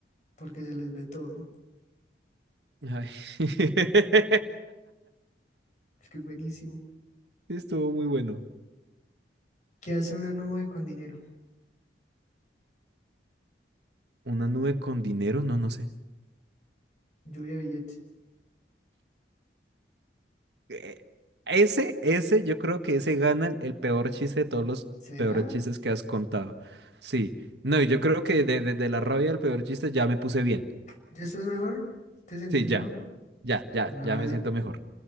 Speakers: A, on the left (about 45°); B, on the right (about 70°).
A: Porque se les ve todo.
B: Ay. <laughs>
A: Es que es buenísimo.
B: Sí, Estuvo muy bueno.
A: ¿Qué hace una nube con dinero?
B: ¿Una nube con dinero? No, no sé.
A: Lluvia de billetes.
B: Eh, Ese, ese, yo creo que ese gana el, el peor chiste de todos los
A: ¿Será?
B: peores chistes que has contado. Sí. No, y yo creo que de, de de la rabia del peor chiste ya me puse bien.
A: ¿Ya estás mejor? ¿Te sentís
B: Sí,
A: mejor?
B: ya. Ya, ya,
A: Vale,
B: ya me siento mejor.